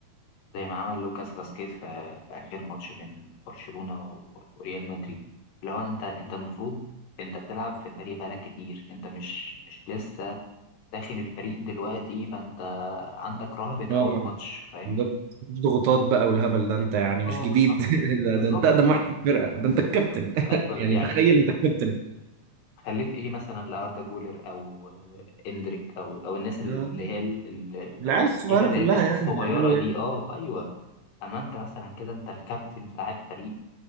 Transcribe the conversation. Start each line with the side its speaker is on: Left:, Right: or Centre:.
Left: زي ما عمل لوكاس فاسكيز في في آخر ماتش بين برشلونة و- وريال مدريد اللي هو أنت أنت المفروض أنت بتلعب في الفريق بقالك كتير أنت مش مش لسه داخل الفريق دلوقتي فأنت عندك رهبة
Right: اه
Left: أول ماتش فاهمني؟
Right: بالظبط مفيش ضغوطات بقى والهبل ده انت يعني مش
Left: اه
Right: جديد
Left: بالظبط
Right: <laughs> ده,
Left: بالظبط
Right: ده انت اقدم
Left: يعني
Right: واحد في الفرقه ده انت الكابتن
Left: بالظبط أيوه
Right: <laughs> يعني
Left: يعني
Right: تخيل انت الكابتن
Left: خليت إيه مثلا لأردا جولر أو آه، إندريك أو أو الناس اللي
Right: آه.
Left: هي ال- ال- ال-
Right: العيال الصغيره
Left: اللعيبة اللي
Right: كلها
Left: هي لسه
Right: يعني
Left: الصغيرة
Right: هيعملوا
Left: دي
Right: ايه
Left: أه أيوه أما أنت مثلا كده أنت الكابتن بتاع الفريق